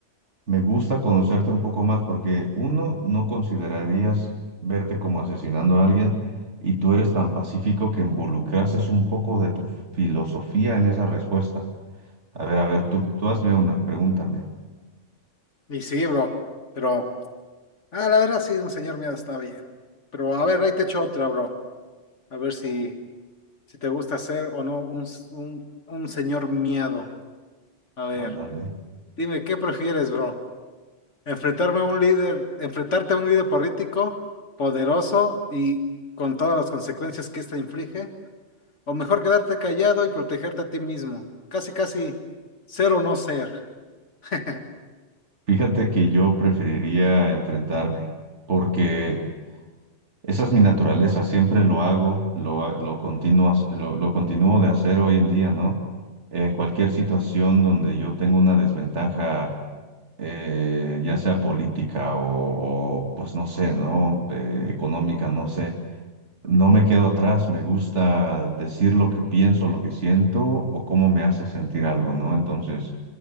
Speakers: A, on the right; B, on the left.
A: Me gusta conocerte un poco más porque uno, no considerarías verte como asesinando a alguien y tú eres tan pacífico que involucraste un poco de tu filosofía en esa respuesta. A ver, a ver, tú, tú hazme una, pregúntame.
B: Y sí, bro, pero ah, la verdad sí, un señor miedo está bien. Pero a ver, ahí te echo otra, bro, a ver si, si te gusta ser o no un, un, un señor miedo. A ver,
A: Ándale.
B: dime, ¿qué prefieres, bro? Enfrentarme a un líder, enfrentarte a un líder político poderoso y con todas las consecuencias que ésta inflige, o mejor quedarte callado y protegerte a ti mismo. Casi, casi ser o no ser. <laughs>
A: Fíjate que yo preferiría enfrentarme porque Esa es mi naturaleza, siempre lo hago, lo, ha- lo, continúo hac- lo, lo continúo de hacer hoy en día, ¿no? En cualquier situación donde yo tengo una desventaja, eh, ya sea política o, o, pues no sé, ¿no? Eh, económica, no sé, no me quedo atrás, me gusta decir lo que pienso, lo que siento o cómo me hace sentir algo, ¿no? Entonces,